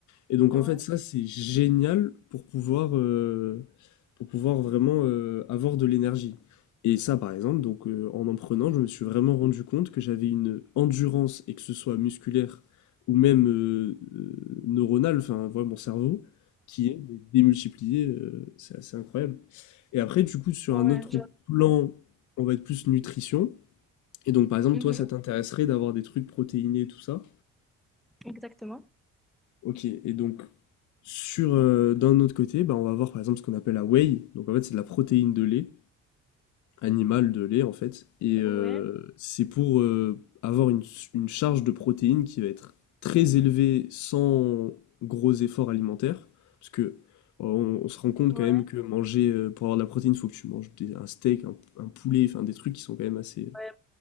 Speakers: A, on the left; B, in the centre.
A: Et donc
B: Ouais.
A: en fait, ça, c'est génial pour pouvoir, euh, pour pouvoir vraiment euh, avoir de l'énergie. Et ça, par exemple, donc euh, en en prenant, je me suis vraiment rendu compte que j'avais une endurance, et que ce soit musculaire ou même euh, euh, neuronale, enfin, voilà, mon cerveau, qui est mais démultiplié, euh, c'est assez incroyable. Et après, du coup, sur
B: Ouais,
A: un autre
B: je-
A: plan, on va être plus nutrition. Et donc, par exemple,
B: Mhm,
A: toi, ça t'intéresserait
B: <laughs>
A: d'avoir des trucs protéinés et tout ça.
B: exactement.
A: Ok, et donc, sur, euh, d'un autre côté, bah, on va voir par exemple ce qu'on appelle la whey. Donc, en fait, c'est de la protéine de lait, animale de lait, en fait. Et euh,
B: Ouais,
A: c'est pour euh, avoir une, une charge de protéines qui va être très élevée sans gros efforts alimentaires. Parce que euh, on, on se rend compte
B: ouais,
A: quand même que manger, euh, pour avoir de la protéine, il faut que tu manges des- un steak, un, un poulet, enfin des trucs qui sont quand même assez,
B: ouais,